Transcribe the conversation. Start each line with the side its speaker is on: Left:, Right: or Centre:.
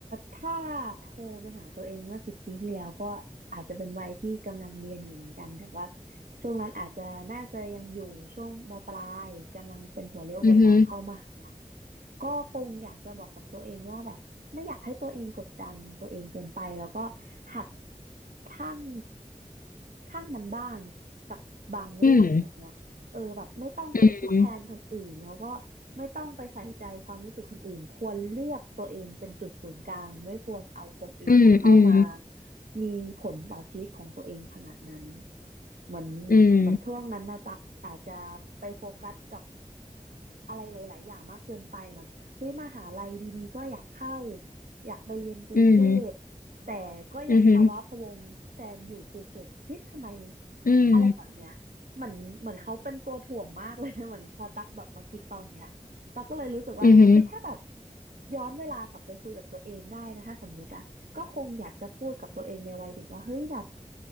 Right: ถ้าโทรไปหาตัวเองเมื่อสิบปีที่แล้วก็อาจจะเป็นวัยที่กำลังเรียนอยู่เหมือนกันแต่ว่าช่วงนั้นอาจจะน่าจะยังอยู่ช่วงมปลายกำลังเป็นหัวเลี้ยวหัวต่อเข้ามหาลัย
Left: อือฮึ
Right: ก็คงอยากจะบอกกับตัวเองว่าแบบไม่อยากให้ตัวเองกดดันตัวเองเกินไปแล้วก็หัดชั่งชั่งมันบ้างกับบางเรื่องแบบเนี้ย
Left: อืม
Right: เออแบบไม่ต้องไปคิดแทนคนอื่นแล้วก็
Left: อืม
Right: ไม่ต้องไปใส่ใจความรู้สึกคนอื่นควรเลือกตัวเองเป็นจุดศูนย์กลางไม่ควรเอาคนอื่นเข้ามา
Left: อืม อืม
Right: มีผลต่อชีวิตของตัวเองขนาดนั้นเหมือน
Left: อืม
Right: เหมือนช่วงนั้นนะตักอาจจะไปโฟกัสกับ อะไรหลายๆอย่างมากเกินไปเหมือนเฮ้ยมหาลัยดีๆก็อยากเข้าอยากไปเรียนกรุงเทพ
Left: อืม
Right: แต่ก็ยังภาวะพะวงแฟนอยู่ภูเก็ตเฮ้ยทำไม
Left: อืม อืม
Right: อะไรแบบเนี้ยเหมือนเหมือนเขาเป็นตัวถ่วงมากเลย <laughs> เหมือนพอตักแบบมาคิดตอนเนี้ยตักก็เลยรู้สึกว่าเฮ้ยถ้าแบบ
Left: อืม
Right: ย้อนเวลากลับไปคุยกับตัวเองได้นะถ้าสมมติอะก็คงอยากจะพูดกับตัวเองในวัยเด็กว่าเฮ้ยแบบ